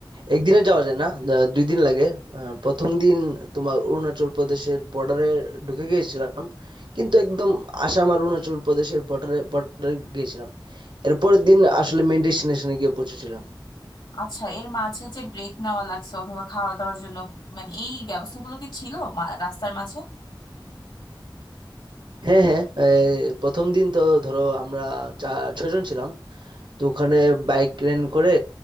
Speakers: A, on the right; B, on the left.
A: একদিনে যাওয়া যায় না দা- দুই দিন লাগে আহ, প্রথম দিন তোমার অরুণাচল প্রদেশের বর্ডারে ঢুকে গিয়েছিলাম কিন্তু একদম আসাম আর অরুণাচল প্রদেশের বর্ডারে বর্ডারে গিয়েছিলাম এরপরের দিন আসলে মেন ডেস্টিনেশনে গিয়ে পৌঁছেছিলাম
B: আচ্ছা এর মাঝে যে ব্রেক নেওয়া লাগছে অথবা খাওয়া দাওয়ার জন্য মানে এই ব্যবস্থাগুলো কি ছিল মা- রাস্তার মাঝে
A: হ্যাঁ হ্যাঁ এই প্রথম দিন তো ধরো আমরা চা ছয়জন ছিলাম তো ওখানে বাইক রেন্ট করে